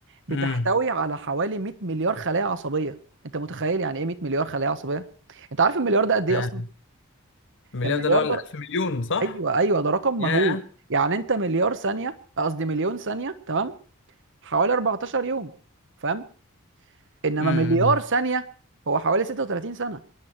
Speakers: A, on the right (about 60°); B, on the left (about 60°).
A: بتحتوي
B: امم
A: على حوالي 100 مليار خلايا عصبيه انت متخيل يعني ايه 100 مليار خلايا عصبيه انت عارف المليار ده قد ايه
B: يا
A: اصلا
B: المليار
A: المليار
B: ده اللي هو الالف
A: ده
B: مليون صح
A: ايوه ايوه ده رقم
B: يا
A: مهول يعني انت مليار ثانيه قصدي مليون ثانيه تمام حوالي 14 يوم فاهم انما
B: امم
A: مليار ثانيه هو حوالي 36 سنه